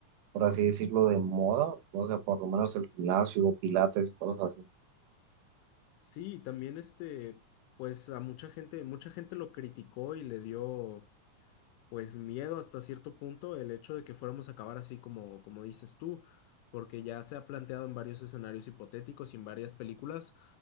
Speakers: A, on the right (about 85°); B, on the left (about 85°).
A: por así decirlo, de moda, o sea, por lo menos el gimnasio, pilates y cosas así.
B: Sí, también este, pues a mucha gente, mucha gente lo criticó y le dio pues miedo hasta cierto punto el hecho de que fuéramos a acabar así como, como dices tú, porque ya se ha planteado en varios escenarios hipotéticos y en varias películas,